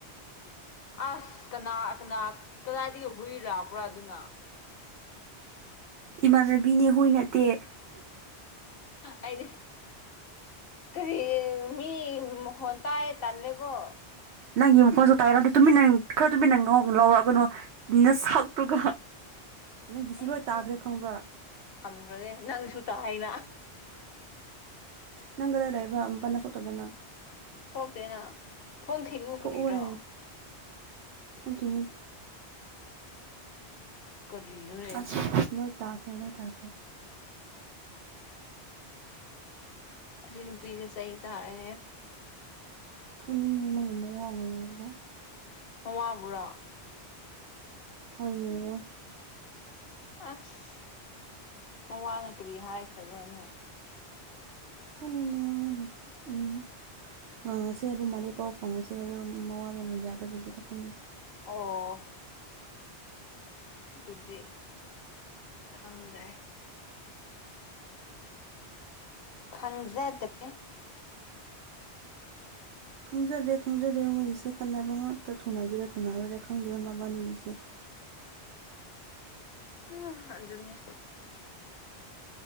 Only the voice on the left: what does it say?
ꯑꯁ ꯀꯅꯥ ꯀꯅꯥ ꯀꯗꯥꯏꯗꯒꯤ ꯍꯨꯏꯔꯥ ꯄꯨꯔꯥ ꯑꯗꯨꯅ
ꯑꯩꯗꯤ ꯀꯔꯤ ꯃꯤ ꯃꯈꯣꯟ ꯇꯥꯏ ꯇꯥꯟꯂꯦꯀꯣ
ꯑꯦꯁ
ꯑꯦꯁ
ꯊꯝꯈ꯭ꯔꯒꯦ ꯅꯪꯁꯨ ꯇꯥꯏꯅ
ꯊꯣꯛꯇꯦꯅ ꯊꯣꯡ ꯊꯦꯡꯉꯨ
ꯀꯔꯤꯔꯣ
ꯀꯔꯤ <unintelligible>
ꯑꯁꯤ ꯅꯨꯄꯤꯁꯦ ꯆꯩ ꯆꯥꯔꯅꯦ
ꯃꯋꯥꯕꯨꯔꯥ?
ꯑꯁ ꯃꯋꯥꯒ ꯀꯔꯤ ꯍꯥꯏꯈ꯭ꯔꯕ꯭ꯔꯥ ꯑꯃꯨꯛ?
ꯑꯣ ꯗꯨꯗꯤ ꯈꯪꯗ꯭ꯔꯦ ꯈꯪꯖꯗꯠꯔꯦ
<unintelligible> ꯑꯗꯨꯅꯦ